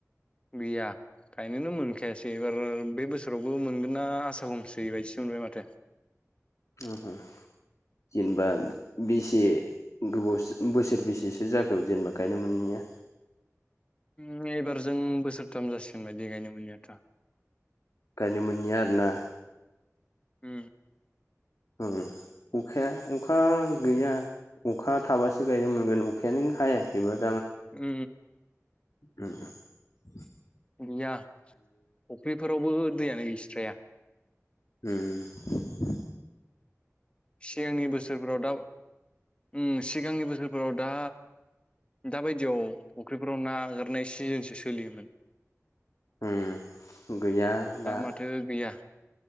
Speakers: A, on the left; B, on the left.
A: गैयाखायनोनो मोन जखायासै एबार बे बोसोरावबो मोनगोन ना आसा हमसै बायदिसो मोनबाय माथो।
B: हो-हो जेनबा बेसे गोबाव सो बोसोर बै से सो जाखो गायनो मोनैआ
A: ओ एबखरजों बोसोरथाम जासिगोन बायदि गायनो मोनैआथ
B: गायनो मोनैआ आरो ना
A: उ
B: ओं अखाया अखागोया अखा थाबासो गायनो मोनगोन अखायानो हायाखैब्ला
A: उ
B: ओ ओ
A: गोया फक्रिफ्रावबो दैयानो गैस्राया
B: ह
A: सिगांनि बोसोरफ्राव दा ओं सिगांनि बोसोरफ्राव दा दा बायदियाव फुख्रिफोराव ना आगारनाय सिजोनसो सोलियोमोन।
B: ओम गैया दा
A: माथो गैया